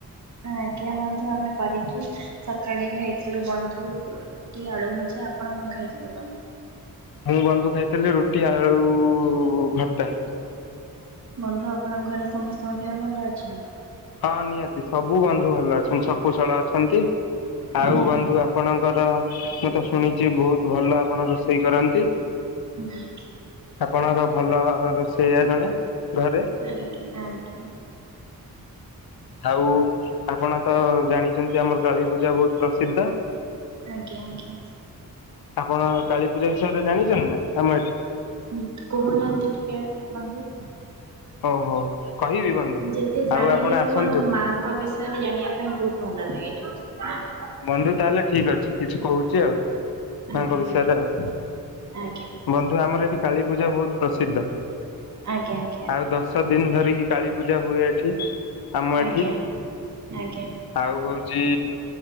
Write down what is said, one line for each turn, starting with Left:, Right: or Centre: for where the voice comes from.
Right: ଆଜ୍ଞା ବନ୍ଧୁ ଆମେ କରିଛୁ ସକାଳେ ନେଇଥିଲୁ ବନ୍ଧୁ। କି ଆଳୁ ଭଜା ଆପଣ କ'ଣ ଖାଇଥିଲେ ମାମୁଁ।
Left: ମୁଁ ବନ୍ଧୁ ଖାଇଥିଲି ରୁଟି, ଆଳୁ ଭର୍ତ୍ତା।
Right: ବନ୍ଧୁ ଆପଣଙ୍କ ଘରେ ସମସ୍ତଙ୍କ ଦେହ ଭଲ ଅଛି ନା କ'ଣ।
Left: ହଁ ନିହାତି ସବୁ ବନ୍ଧୁ ଭଲ ଅଛନ୍ତି ଶକୁଶଳ ଅଛନ୍ତି ଆଉ
Right: ଆଜ୍ଞା
Left: ବନ୍ଧୁ ଆପଣଙ୍କ। ଙ୍କର ମୁଁ ତ ଶୁଣିଛି ବହୁତ ଭଲ ଆପଣ ରୋଷେଇ କରନ୍ତି।
Right: ଆଜ୍ଞା
Left: ଆପଣର ଭଲ ରୋଷେଇଆ ଜଣେ ଘରେ।
Right: ଆଜ୍ଞା, ଆଜ୍ଞା।
Left: ଆଉ ଆପଣ ତ ଜାଣିଛନ୍ତି ଆମର କାଳୀପୂଜା ବହୁତୁ। ପ୍ରସିଦ୍ଧ।
Right: ଆଜ୍ଞା ଆଜ୍ଞା।
Left: ଆପଣ କାଳୀ ପୂଜା ବିଷୟରେ ଜାଣିଛନ୍ତି ନା ଆମ ଏଠି।
Right: ଉଁ କହୁନାହାନ୍ତି ଟିକେ ବନ୍ଧୁ।
Left: ଓହୋ କହିବି ବନ୍ଧୁ।
Right: ଯେତେ
Left: ଆଉ
Right: ଜାଣିଲେ
Left: ଆପଣ
Right: ବି
Left: ଆସନ୍ତୁ
Right: ବନ୍ଧୁ ମାଙ୍କ ବିଷୟରେ ଜାଣିବା ପାଇଁ ବହୁତୁ। ଭଲ ଲାଗେ <inaudible> ପା।
Left: ବନ୍ଧୁ ତାହେଲେ ଠିକ ଅଛି କିଛି କହୁଛି ଆଉ
Right: ଆଜ୍ଞା
Left: ମାଙ୍କ ବିଷୟରେ ଆଉ।
Right: ଆଜ୍ଞା।
Left: ବନ୍ଧୁ ଆମର ଏଠି କାଳୀ ପୂଜା ବହୁତୁ ପ୍ରସିଦ୍ଧ।
Right: ଆଜ୍ଞା, ଆଜ୍ଞା।
Left: ଆଉ ଦଶ ଦିନି ଧରିକି କାଳୀ ପୂଜା ହୁଏ ଏଠି ଆମ
Right: ଆଜ୍ଞା
Left: ଏଠି।
Right: ଆଜ୍ଞା।
Left: ଆଉ ହଉଛି